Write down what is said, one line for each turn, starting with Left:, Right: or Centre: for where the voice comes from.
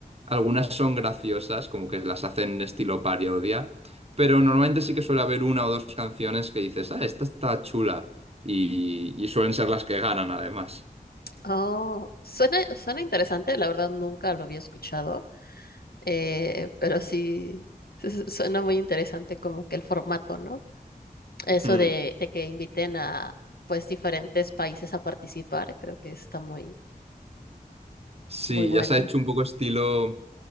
Right: algunas son graciosas, como que las hacen estilo parodia. Pero normalmente sí que suele haber una o dos canciones que dices, ah, esta está chula. Y, y suelen ser las que ganan además.
Left: Oh, suena, suena interesante, la verdad nunca lo había escuchado, eh, pero sí su- su- suena muy interesante como que el formato, ¿no? Eso
Right: Mm.
Left: de, de que inviten a pues diferentes países a participar, creo que está muy,
Right: Sí,
Left: muy bueno.
Right: ya se ha hecho un poco estilo...